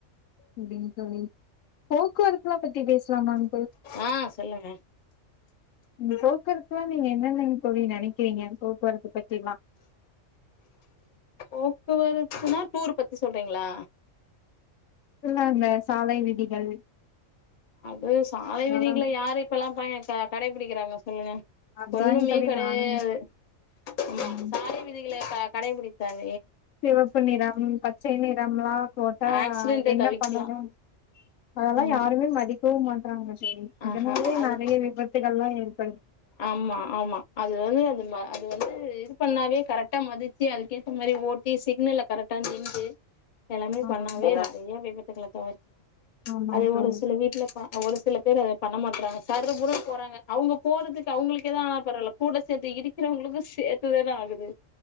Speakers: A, on the left; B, on the left.
A: அப்படின்னு தோழி போக்குவரத்துலாம் பத்தி பேச சலாம்மாங்
B: ஆஹ் சொல்லுங்க
A: இந்த போக்குவரத்துலாம் நீங்க என்னென்னங்க தோழி நினைக்கிறீங்க போக்குவரத்து பத்தில்லாம்
B: போக்குவரத்துன்னா டூர் பத்தி சொல்றீங்களா
A: இல்ல அந்த சாலை விதிகள்
B: அது சாலை விதிகளை
A: அதலா
B: யாரு இப்ப எல்லாம் பயன் கடைபிடிக்கிறாங்க சொல்லுங்க
A: அதுதாங்க
B: ஒண்ணுமே
A: தோழி
B: கிடையாது
A: நானு
B: ஆமா
A: ம்
B: சாலை விதி இல்லயா க கடைபிடித்தாங்க
A: சிவப்பு நிறம் பச்சை நிறம் எல்லாம் போட்டா
B: ஆக்சிடென்ட்ட
A: என்ன
B: தவிர்க்கலா
A: பண்ணணும் அதெல்லாம்
B: ம்
A: யாருமே மதி க்கவும் மாட்றாங்க இதனாலே
B: ஆஹா அது
A: நிறைய விபத்துகள்லாம் இருக்கு
B: ஆமா ஆமா அது வந்து அது வந்து பண்ணாவே கரெக்டா மதிச்சு அதுக்கேத்த மாரி ஓட்டி சிக்னல்ல கரெக்டா நின்னு எல்லாமே
A: ஆமாங்க
B: பண்ணாவே நிறைய விபத்துக்கள தவிர்க்கலாம்
A: ஆமாங்க
B: அது
A: தோழி
B: ஒரு சில வீட்டுல பா ஒரு சில பேர் அத பண்ண மாட்றாங்க சர் புர்ருனு போறாங்க அவங்க போறதுக்கு அவங்களுக்கு எது ஆனா பர வால கூட சேர்த்து இடிக்கிறவங்களுக்கு சேர்த்துதான ஆகுது